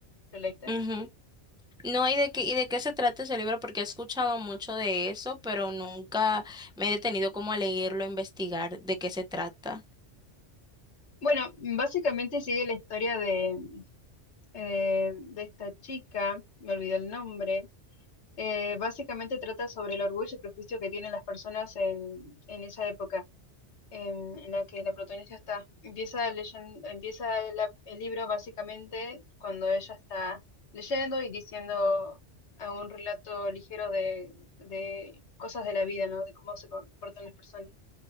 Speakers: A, on the left; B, in the centre.
A: ¿Lo leíste?
B: ujú. No, ¿y de qué, y de qué se trata ese libro? Porque he escuchado mucho de eso, pero nunca me he detenido como a leerlo, a investigar de qué se trata.
A: Bueno, básicamente sigue la historia de, eh, de esta chica, me olvidé el nombre. Eh, básicamente trata sobre el orgullo y prejuicio que tienen las personas en, en esa época. em, en la que la protagonista está. Empieza, leyen- empieza la- el libro básicamente cuando ella está leyendo y diciendo a un relato ligero de, de cosas de la vida, ¿no? De cómo se comportan las personas.